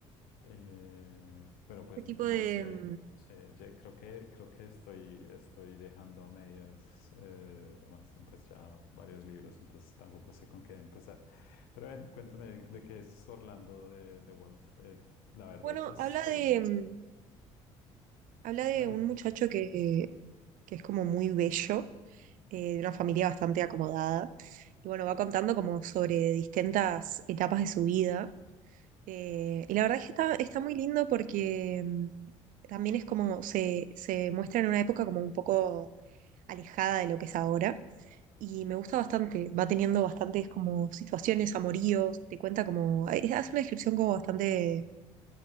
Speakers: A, on the left; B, on the right.
A: Eh, pero pues
B: ¿Qué tipo
A: no
B: de...?
A: sé,
B: mm,
A: no sé. ya creo que, creo que estoy, estoy dejando a medias eh, además, pues ya varios libros, entonces tampoco sé con qué empezar. Pero ven, cuéntame de, de qué es Orlando de, de Wolf. Eh, la verdad,
B: Bueno,
A: yo solo
B: habla de, mm, habla de
A: Dale,
B: un muchacho que, que es como muy bello, eh, de una familia bastante acomodada, y bueno, va contando como sobre distintas etapas de su vida Eh, y la verdad es que está, está muy lindo porque mm, también es como se, se muestra en una época como un poco alejada de lo que es ahora. Y me gusta bastante, va teniendo bastantes como situaciones, amoríos, te cuenta como, eh, hace una descripción como bastante,